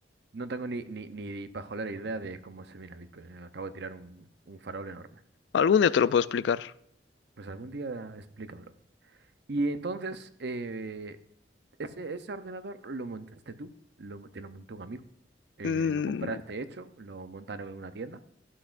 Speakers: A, on the right; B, on the left.
A: no tengo ni, ni, ni pajolera idea de cómo se mina Bitcoin. Acabo de tirar un, un farol enorme.
B: Algún día te lo puedo explicar.
A: Pues algún día explícamelo. Y entonces, eh, ese, ese ordenador lo montaste tú, lo, mo- te lo montó un amigo, eh,
B: Mm,
A: lo compraste hecho, lo montaron en una tienda.